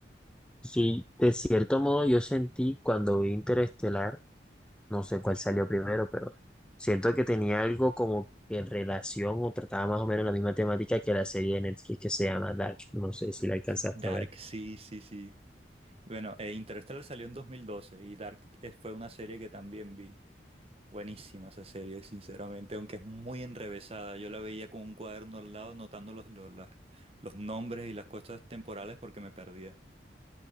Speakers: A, in the centre; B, on the right.
A: Sí, de cierto modo yo sentí cuando vi Interestelar No sé cuál salió primero, pero siento que tenía algo como que en relación o trataba más o menos la misma temática que la serie de Netflix que se llama Dark. No sé si la alcanzaste
B: Dark,
A: a ver.
B: sí, sí, sí. Bueno, eh, Interstellar salió en 2012 y Dark eh, fue una serie que también vi. Buenísima esa serie, sinceramente, aunque es muy enrevesada. Yo la veía con un cuaderno al lado, notando los, los, las- los nombres y las cosas temporales porque me perdía.